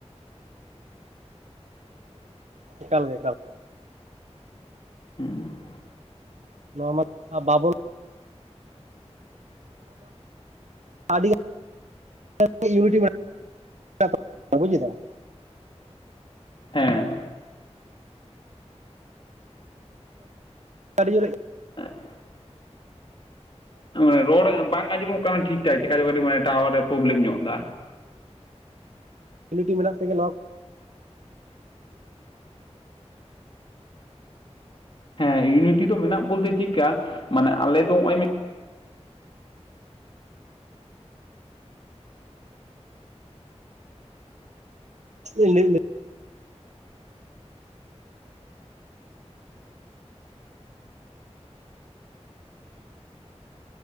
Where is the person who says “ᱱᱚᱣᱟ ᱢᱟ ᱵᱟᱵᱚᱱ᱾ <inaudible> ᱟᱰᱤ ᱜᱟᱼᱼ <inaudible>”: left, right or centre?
Right